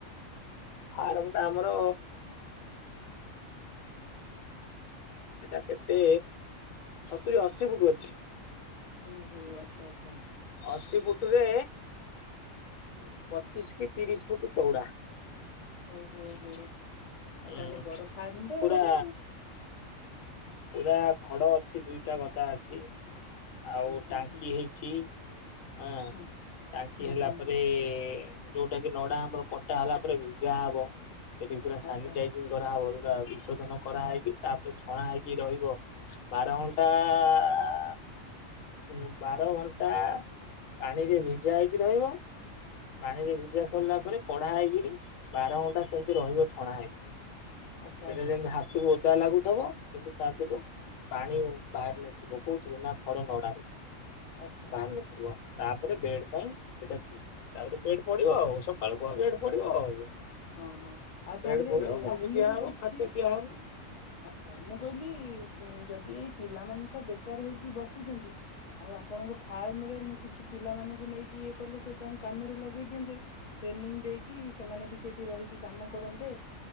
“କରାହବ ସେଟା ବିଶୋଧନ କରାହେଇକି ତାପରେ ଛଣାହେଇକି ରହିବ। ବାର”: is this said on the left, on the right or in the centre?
Left